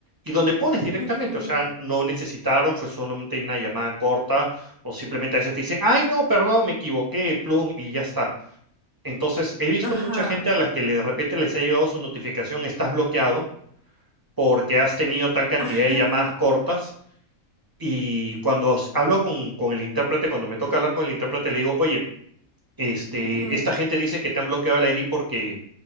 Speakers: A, on the right (about 25°); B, on the left (about 55°).
A: y donde pones directamente,
B: ujú,
A: o sea, no necesitaron, fue solamente una llamada corta o simplemente a veces te dicen, ay, no, perdón, me equivoqué, plum, y ya está. Entonces he visto
B: ajá,
A: mucha gente a la que le- de repente les ha llegado su notificación, estás bloqueado porque has tenido tal cantidad
B: ajá,
A: de llamadas cortas. Y cuando os- hablo con, con el intérprete, cuando me toca hablar con el intérprete, le digo, oye, este,
B: ujú,
A: esta gente dice que te han bloqueado el ID porque,